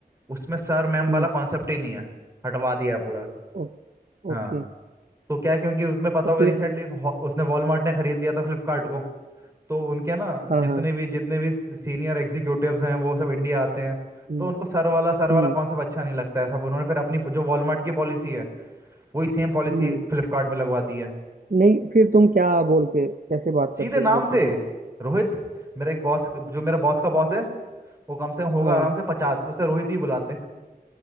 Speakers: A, on the right; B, on the right.
A: उसमें सर मैम
B: हम्म
A: वाला कॉन्सेप्ट ही नहीं है हटवा दिया है पूरा
B: ओ,
A: हाँ
B: ओके
A: तो क्या है क्योंकि तुम्हें पता
B: तो
A: होगा
B: फिर
A: रिसेंटली उसने वॉलमार्ट ने खरीद लिया था फ्लिपकार्ट को तो उनके ना
B: हाँ
A: जितने
B: हाँ
A: भी जितने भी सीनियर एग्जीक्यूटिव्स हैं वो सब इंडिया आते हैं
B: हम्म
A: तो उनको सर वाला सर वाला
B: हम्म
A: कॉन्सेप्ट अच्छा नहीं लगता है सब उन्होंने फिर अपनी जो वॉलमार्ट की पॉलिसी है वही सेम पॉलिसी
B: हम्म
A: फ्लिपकार्ट में लगवा दी है
B: नहीं फिर तुम क्या बोल के कैसे बात
A: सीधे
B: करते
A: नाम
B: हो एक दूसरे
A: से
B: के साथ
A: रोहित मेरा एक बॉस जो मेरा बॉस का बॉस है वो कम से कम होगा
B: हाँ
A: आराम से पचास उसे रोहित ही बुलाते हैं